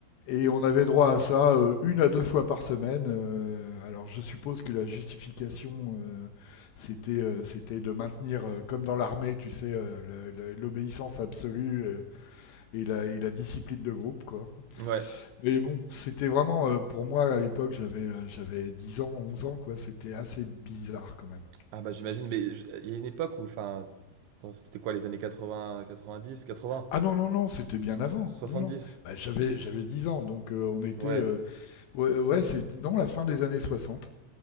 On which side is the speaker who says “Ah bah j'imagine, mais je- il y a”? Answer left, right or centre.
Right